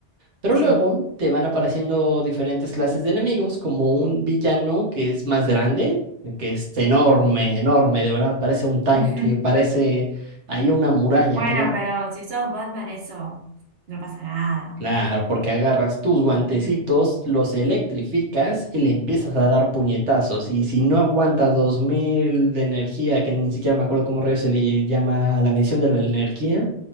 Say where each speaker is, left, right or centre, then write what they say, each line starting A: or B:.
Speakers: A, on the right (about 85°); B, on the right (about 65°).
A: pero
B: Sí.
A: luego te van apareciendo diferentes clases de enemigos, como un villano que es más grande, que es enorme, enorme, de verdad, parece un tanque,
B: <laughs>
A: parece ahí una muralla
B: Bueno,
A: que no
B: pero si sos Batman, eso no pasa nada.
A: Claro, porque agarras tus guantecitos,
B: Ujú.
A: los electrificas y le empiezas a dar puñetazos. Y si no aguanta 2000 de energía, que ni siquiera me acuerdo cómo rayos se le llama a la medición de la energía,